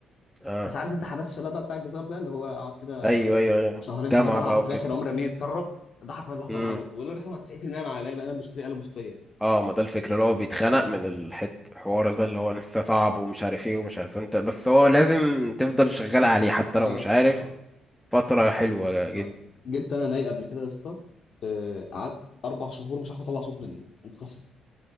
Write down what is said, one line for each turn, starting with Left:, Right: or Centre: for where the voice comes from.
Centre: اه
Left: بس عارف انت حماس الشباب بقى بتاع الجيتار ده اللي هو اقعد كده
Centre: ايوه ايوه ايوه
Left: شهرين
Centre: جامعه
Left: ثلاثه العب
Centre: بقى
Left: بيه
Centre: وكده
Left: في الاخر عمري رميه يتطرب ده حرفيا اللي حصل
Centre: امم
Left: معايا برضه وده اللي بيحصل مع 90% مع باقي بقى انا بشتري آلة موسيقية يعني
Centre: اه ما ده الفكرة اللي هو بيتخنق من الحت الحوار ده اللي هو لسه صعب ومش عارف ايه ومش عارف انت بس هو لازم تفضل شغال عليه حتى لو
Left: اه
Centre: مش عارف
Left: اه اه
Centre: فترة حلوة جدا
Left: آه. جبت انا ناي قبل كده يا اسطى آه، قعدت اربع شهور مش عارف اطلع صوت منه متكسر